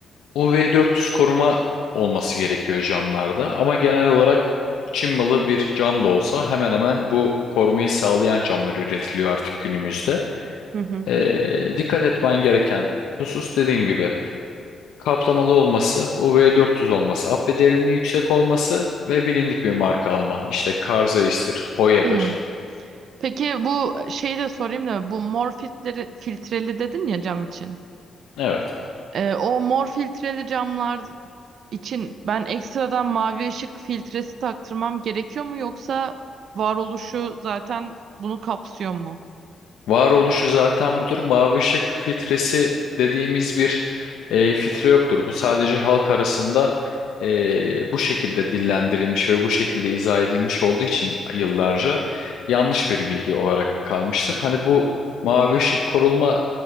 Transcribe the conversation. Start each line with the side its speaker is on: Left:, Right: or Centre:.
Left: UV400 koruma olması gerekiyor camlarda ama genel olarak Çin malı bir cam da olsa hemen hemen bu korumayı sağlayan camlar üretiliyor artık günümüzde.
Right: Hı hı.
Left: Ee, dikkat etmen gereken husus dediğim gibi kaplamalı olması, UV400 olması, abbe derinliği yüksek olması ve bilindik bir marka Alman. İşte Karzeis'tir, Hoya'dır.
Right: Hmm. Peki bu şeyi de sorayım da bu mor filtreli, filtreli dedin ya cam için.
Left: Evet.
Right: Ee, o mor filtreli camlar için ben ekstradan mavi ışık filtresi taktırmam gerekiyor mu yoksa varoluşu zaten bunu kapsıyor mu?
Left: Varoluşu zaten budur. Mavi ışık filtresi dediğimiz bir e, filtre yoktur. Bu sadece halk arasında e, bu şekilde dillendirilmiş ve bu şekilde izah edilmiş olduğu için yıllarca yanlış bir bilgi olarak kalmıştır. Hani bu mavi ışık koruma